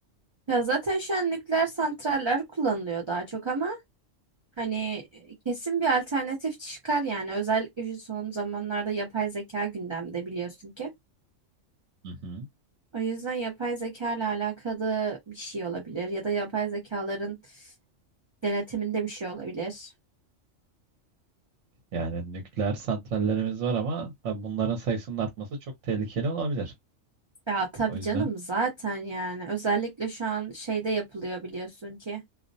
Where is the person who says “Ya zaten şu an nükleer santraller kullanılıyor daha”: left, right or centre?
Right